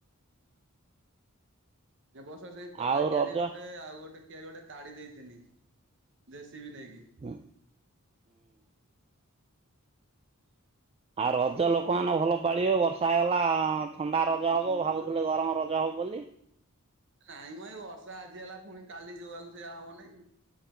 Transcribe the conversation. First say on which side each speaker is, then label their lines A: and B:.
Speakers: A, on the right; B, on the right.
A: ଏ ବର୍ଷ ସେଇ
B: ଆଉ
A: ତଳା
B: ରଜ
A: କିଆରି ଗୋଟେ ଆଉ ଗୋଟେ କିଆରି ଗୋଟେ ତାଡ଼ି ଦେଇଥିନି। ଦେ ଶି ପି ନେଇକି।
B: ହୁଁ। ଆଉ ରଜ ଲୋକମାନେ ଭଲ ପାଳିବେ ବର୍ଷା ହେଇଗଲା ଥଣ୍ଡା ରଜ ହବ ଭାବୁ ଥୁଲେ ଗରମ ରଜ ହବ ବୋଲି।
A: କାଇଁ ମ ଏଇ ବର୍ଷା ଆଜି ହେଲା ଫୁଣି କାଲି ଯୋଉଆକୁ ସେଇଆ ହବନେଇଁ।